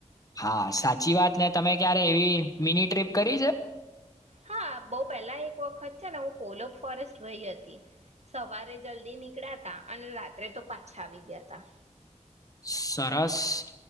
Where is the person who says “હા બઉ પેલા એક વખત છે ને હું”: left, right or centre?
Right